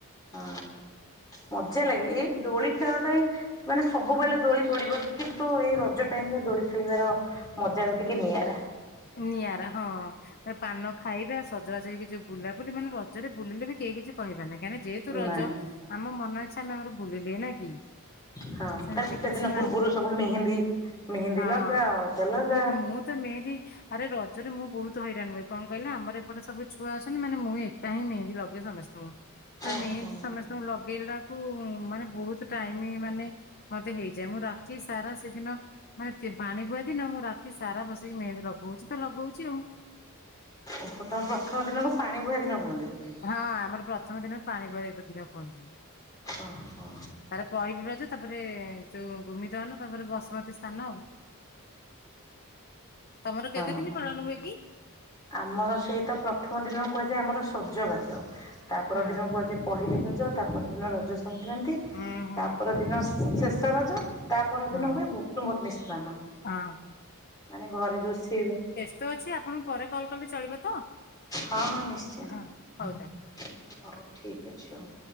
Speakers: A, on the left; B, on the left.
A: ହଁ ମଜା ଲାଗେ ଏଇ ଦୋଳି ଖେଳଟା ହିଁ ମାନେ ସବୁବେଳେ ଦୋଳି ପଡ଼ିବ କିନ୍ତୁ ଏ ରଜ ଟାଇମର ଦୋଳି ଖେଳିବାର ମଜାଟା ଟିକେ ନିଆରା।
B: ନିଆରା ହଁ। ତ ପାନ ଖାଇବା ସଜବାଜ ହେଇକି ଯୋଉ ବୁଲାବୁଲି ମାନେ ରଜରେ ବୁଲିଲେ ବି କେହି କିଛି କହିବାନି କାହିଁକି ଯେହେତୁ ରଜ
A: ନାଇଁ
B: ଆମ ମନ ଇଚ୍ଛା ଆମେ ଆମର ଭୁଲିଲେ ନା କି?
A: ହଁ
B: ସେମିତି
A: ତା ଗୋଟେ
B: କିଛି
A: ଦିନ ପୂର୍ବରୁ
B: ନାହିଁ
A: ସବୁ ମେହେନ୍ଦୀ ମେହେନ୍ଦି
B: ହଁ।
A: ଲଗା ଅଳତା ଲଗା।
B: ମୁଁ ତ ମେହେନ୍ଦି ଆରେ ରଜରେ ମୁଁ ବହୁତ ହଇରାଣ ହୁଏ କଣ କହିଲ ଆମର ଏପଟେ ସବୁ ଛୁଆ ଅଛନ୍ତି ମାନେ ମୁଁ ଏକା ହିଁ ମେହେନ୍ଦି ଲଗୁଏ ସମସ୍ତଙ୍କୁ। ତ
A: ଓହୋ।
B: ମେହେନ୍ଦି ସମସ୍ତଙ୍କୁ ଲଗେଇଲାକୁ ମାନେ ବହୁତ ଟାଇମ ମାନେ ମତେ ହେଇଯାଏ ମୁଁ ରାତି ସାରା ସେଦିନ ମାନେ ପାଣିବୁହା ଦିନ ମୁଁ ରାତି ସାରା ବସିକି ମେହେନ୍ଦି ଲଗୋଉଛି ତ ଲଗୋଉଚି ଆଉ
A: ଓହୋ ତମ ପ୍ରଥମ ଦିନକୁ ପାଣିବୁହା ଦିନ କୁହନ୍ତି ବୋଧେ।
B: ହଁ ଆମର ପ୍ରଥମ ଦିନ ପାଣିବୁହା ଏତତ୍ ଦିନ କୁହନ୍ତିନି।
A: ଓହୋ।
B: ପହିଲି ରଜ ତାପରେ ଯୋଉ ଭୂମିଦହନ ତାପରେ ବସୁମତୀ ସ୍ନାନ ଆଉ ତମର କେତେ
A: ଓହୋ
B: ଦିନି ପାଳନ ହୁଏ କି?
A: ଆମର ସେଇତ ପ୍ରଥମ ଦିନକୁ କୁହାଯାଏ ଆମର ସଜବାଜ ତାପର
B: ହଁ
A: ଦିନକୁ କୁହା ଯେ ପହିଲି ରଜ ତାପ ଦିନ ରଜ ସଂକ୍ରାନ୍ତି
B: ହୁଁ ହୁଁ
A: ତାପର ଦିନ ସ-ଶେଷ ରଜ। ତା ପରଦିନ
B: ହଁ
A: ହୁଏ ବସୁମତୀ ସ୍ନାନ
B: ହଁ ହଁ।
A: ମାନେ ଘରେ ଯୋଉ ଶି
B: ସ୍ତ ଆପଣଙ୍କୁ ପରେ କଲ୍ କଲେ ଚଳିବ ତ।
A: ହଁ ହଁ ନିଶ୍ଚିନ୍ତ।
B: ହଁ ହଉ ତାହେଲେ।
A: ହଉ ଠିକ୍ ଅଛି ହଉ।